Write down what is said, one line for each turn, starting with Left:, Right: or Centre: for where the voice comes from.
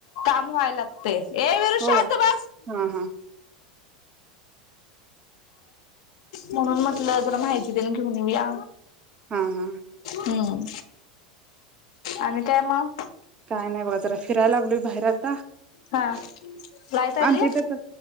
Left: काम व्हाय लागत ते. ये वीरू शांत
Right: होय
Left: बस.
Right: हा हा
Left: म्हणून म्हटलं, जरा माहिती तेन घेऊन येऊया.
Right: हा हा
Left: हम. आणि काय मग?
Right: काय नाही बघा जरा, फिरायला लागलो बाहेर आता
Left: हा लाईट आली
Right: आमच्या इथं